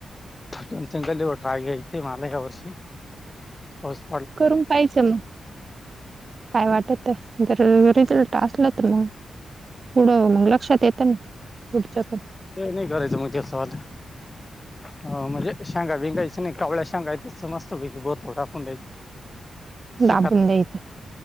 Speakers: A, on the left; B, on the right.
A: दोन, तीन केलो ट्रायल म याल या वर्षी ऊस.
B: करून पाहिचं मग काय वाटत जर रिझल्ट असल तर मग पुढं मग लक्षात येतं ना पुढच्या प
A: ते नाही करायच म तेस सवा हो म्हणजे शेंगा बिंगायची नाही कवळ्या शेंगायच मस्तपैकी बोतो टाकून द्यायं
B: <unintelligible>
A: शिकात.
B: द्यायचं